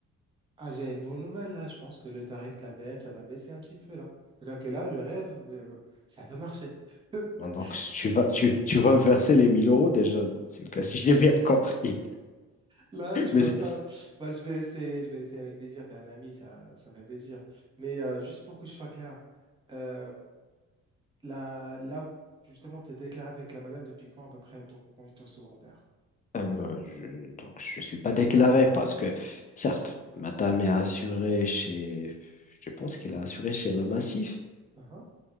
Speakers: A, on the right (about 15°); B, on the left (about 25°).
A: Ah, j'ai une bonne nouvelle là. Je pense que le tarif de la BM, ça va baisser un petit peu là. C'est-à-dire que là, le rêve, euh, ça peut marcher. <laughs>
B: bon, donc si
A: C'est-
B: tu vas, tu, tu vas me verser les mille euros déjà dans ce cas, si j'ai bien compris.
A: Là,
B: <laughs>
A: tu
B: Mais
A: vas
B: c'est-
A: faire. Bah, je vais essayer, je vais essayer avec plaisir. T'es un ami, ça, ça fait plaisir. Mais euh, juste pour que je sois clair, euh, là, là, justement, t'es déclaré avec la madame depuis quand à peu près en tant que conducteur secondaire?
B: Euh, je, donc, je ne suis pas déclaré parce que, certes, Matam est assuré chez, je pense qu'il a assuré chez la Massif,
A: Ah, ah.